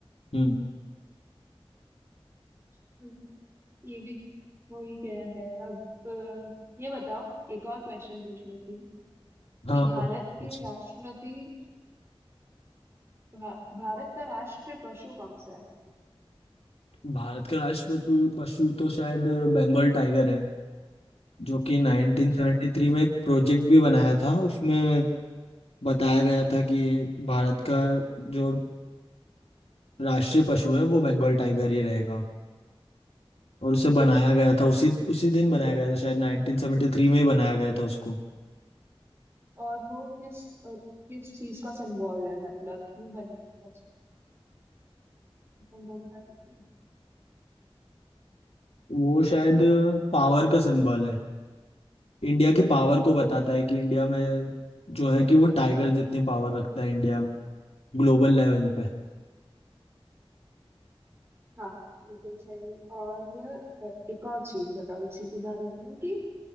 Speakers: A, on the left (about 85°); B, on the right (about 25°).
A: हम्म
B: हम्म, ये भी हो ही गया है अब अ, ये बताओ एक और क्वेश्चन पूछ लेती हूँ कि
A: हाँ
B: भारत
A: वो-
B: के
A: उस-
B: राष्ट्रपति भा, भारत का राष्ट्र पशु कौन सा है
A: भारत के राष्ट्रीय पशु तो शायद बंगाल टाइगर है जो कि 1973
B: अच्छा
A: में एक प्रोजेक्ट भी बनाया था उसमें बताया गया था कि भारत का जो राष्ट्रीय पशु है वो बंगाल टाइगर ही रहेगा और उसे बनाया गया था उसी उसी दिन बनाया गया था शायद 1973 में ही बनाया गया था उसको
B: और वो किस अ, किस चीज का सिंबल है मतलब क्यों बना है उसको? तुम वो बता सकते हो
A: वो शायद पावर का सिंबल है इंडिया की पावर को बताता है कि इंडिया में जो है कि वो टाइगर जितनी पावर रखता है इंडिया ग्लोबल लेवल पे
B: हाँ बिल्कुल सही और अ, एक और चीज बताओ इसी के बारे में कि